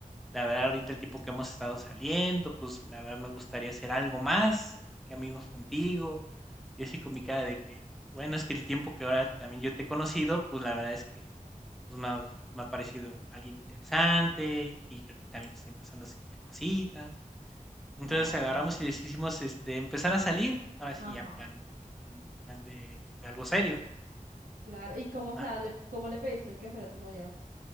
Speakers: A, in the centre; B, on the right (about 80°).
A: la verdad ahorita el tiempo que hemos estado saliendo, pues la verdad me gustaría hacer algo más que amigos contigo, Yo así con mi cara de que, bueno, es que el tiempo que ahora también yo te he conocido, pues la verdad es que pues, me, ha, me ha parecido alguien interesante y creo que también estoy empezando a sentir cositas. Entonces
B: Ah,
A: agarramos y decidimos este, empezar a salir, ahora sí,
B: ajá,
A: ya en plan, en plan de, de algo serio.
B: claro. ¿Y cómo, o sea,
A: Ah,
B: le, cómo le pediste que fuera tu novia?